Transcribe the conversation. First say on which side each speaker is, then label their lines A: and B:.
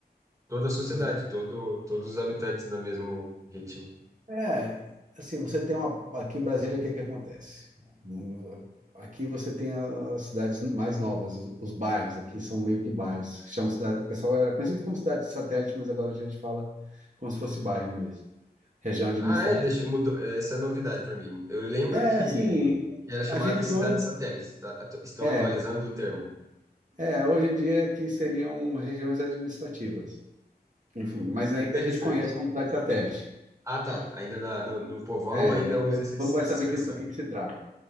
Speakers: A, on the right; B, on the right.
A: Toda a sociedade,
B: muito.
A: todo, todos os habitantes no mesmo ritmo.
B: É, assim, você tem uma. Aqui em Brasília, o que que acontece? Hum, Aqui você tem a- as cidades mais novas, os, os bairros aqui são meio que bairros. Chama cidade, o pessoal era conhecido como cidade de satélite, mas agora a gente fala como se fosse bairro mesmo, região
A: Ah,
B: administrativa.
A: é, deixa, mudou, é, essa é novidade para mim. Eu lembro
B: É,
A: que,
B: assim,
A: que era chamado
B: a gente
A: de Cidade
B: hoje.
A: Satélite. tá? Atu- estão
B: É,
A: atualizando o termo.
B: é, hoje em dia que seriam regiões administrativas. Enfim,
A: Hum,
B: mas
A: que
B: ainda
A: interessante.
B: a gente conhece como cidade satélite.
A: Ah, tá. Ainda na- no, no povão
B: É,
A: ainda usa esses-
B: como vai
A: essa
B: saber
A: expressão.
B: que- do que, que se trata?